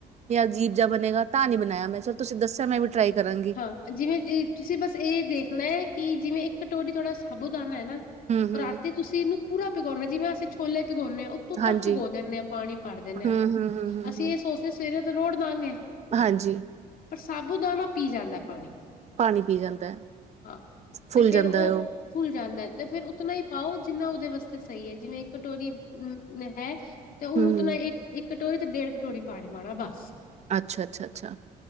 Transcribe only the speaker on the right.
ਜਾਂ ਜੀਪ ਜ ਬਣੇਗਾ ਤਾਂ ਨਹੀਂੀ ਬਣਾਇਆ ਮੈਂ ਚਲ ਤੁਸੀਂ ਦੱਸਿਆ ਮੈਂ ਵੀ ਟਰਾਈ ਕਰਾਂਗੀ
ਹੂੰ, ਹੂੰ,
ਹਾਂਜੀ,
ਹੂੰ, ਹੂੰ, ਹੂੰ, ਹੂੰ,
ਹੂੰ,
ਹਾਂਜੀ
ਪਾਣੀ ਪੀ ਜਾਂਦਾ ਹੈ,
ਫੁੱਲ
ਜਾਂਦਾ
ਹੈ
ਹੂੰ, ਹੂੰ,
ਅੱਛਾ ਅੱਛਾ ਅੱਛਾ